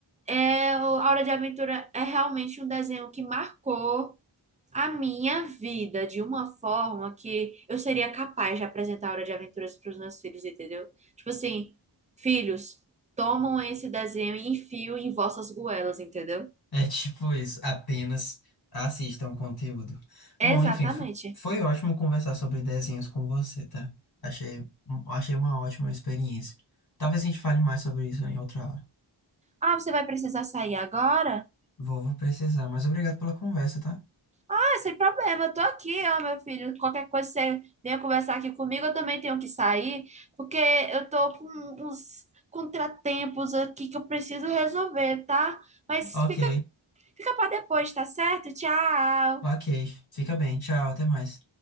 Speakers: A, on the right; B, on the left.
A: É, o A Hora de Aventura é realmente um desenho que marcou a minha vida de uma forma que eu seria capaz de apresentar a Hora de Aventuras para os meus filhos, entendeu? Tipo assim, filhos, tomam esse desenho e enfio em vossas goelas, entendeu?
B: É tipo isso, apenas assistam o conteúdo.
A: Exatamente.
B: Bom, enfim, fo- foi ótimo conversar sobre desenhos com você, tá? Achei, achei uma ótima experiência. Talvez a gente fale mais sobre isso em outra hora.
A: Ah, você vai precisar sair agora?
B: Vou, vou precisar, mas obrigado pela conversa, tá?
A: É, sem problema, eu tô aqui, ó, meu filho. Qualquer coisa você venha conversar aqui comigo, eu também tenho que sair, porque eu tô com uns contratempos aqui que eu preciso resolver, tá? Mas
B: Ok,
A: fica, fica para depois, tá certo? Tchau!
B: ok. Fica bem. Tchau, até mais.